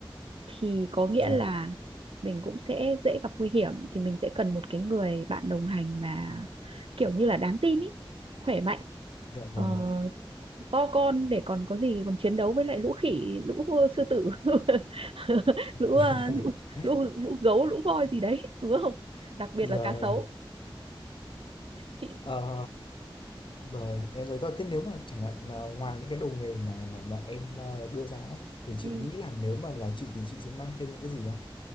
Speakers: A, on the right; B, on the left.
A: thì có nghĩa
B: dạ
A: là mình cũng sẽ dễ gặp nguy hiểm thì mình sẽ cần một cái người bạn đồng hành mà kiểu như là đáng tin ý, khỏe mạnh.
B: dạ
A: Ờ,
B: vâng
A: to con để còn có gì còn chiến đấu với lại lũ khỉ lũ sư tử <laughs> lũ
B: <laughs>
A: à, lũ lũ lũ gấu lũ voi gì đấy đúng không đặc biệt
B: rồi
A: là cá sấu chị
B: Ờ, rồi em thấy thôi thế nếu mà chẳng hạn là ngoài những cái đồ nghề mà mà em ờ, đưa ra ấy, thì chị
A: ừ,
B: nghĩ là nếu mà là chị thì chị sẽ mang thêm những cái gì